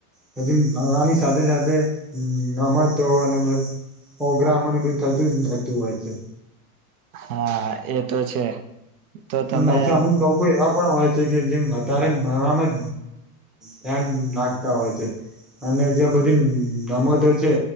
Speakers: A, in the centre; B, on the right.
A: પછી ભણવાની સાથે સાથે રમતો અનેધ ઓગ્રામ ને બધું થતું જ થતું હોય છે
B: હા એતો છે. તો તમે
A: પાછા અમુક લોકો એવા પણ હોય છે કે જેમ વધારે મળવાવામાં ધ્યાન નાખતા હોય છે. અને જ્યાં બધી રમતો છે